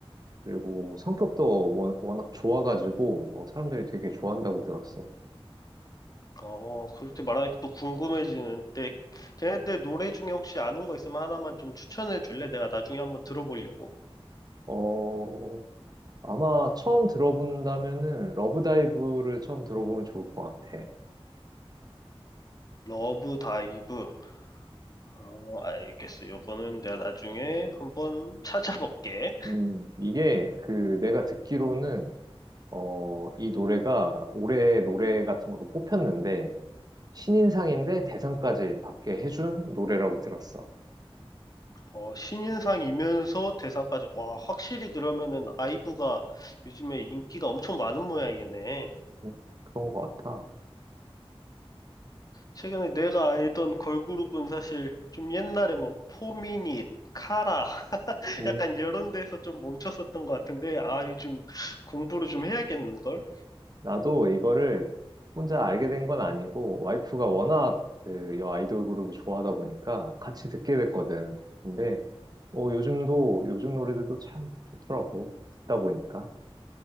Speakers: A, on the right; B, on the left.
A: 그리고 성격도 워- 워낙 좋아가지고, 어, 사람들이 되게 좋아한다고 들었어.
B: 어, 그렇게 말하니까 또 궁금해지는데, 걔네들 노래 중에 혹시 아는 거 있으면 하나만 좀 추천해 줄래? 내가 나중에 한번 들어보려고.
A: 어, 아마 처음 들어본다면은 러브다이브를 처음 들어보면 좋을 것 같아.
B: 러브 다이브. 어, 알겠어. 요거는 내가 나중에 한번 찾아볼게.
A: 음, 이게 그 내가 듣기로는 어, 이 노래가 올해 노래 같은 걸로 뽑혔는데 신인상인데 대상까지 받게 해준 노래라고 들었어.
B: 어, 신인상이면서 대상까지. 와, 확실히 그러면은 아이브가 요즘에 인기가 엄청 많은 모양이네.
A: 음, 그런 것 같아.
B: 최근에 내가 알던 걸그룹은 사실 좀 옛날에 뭐 포미닛, 카라, <laughs>
A: 음,
B: 약간 이런 데서 좀 멈췄었던 것 같은데, 아, 요즘 공부를 좀 해야겠는걸?
A: 나도 이거를 혼자 알게 된 건 아니고 와이프가 워낙 그 여 아이돌 그룹을 좋아하다 보니까 같이 듣게 됐거든. 근데 어, 요즘도, 요즘 노래들도 참 좋더라고. 듣다 보니까.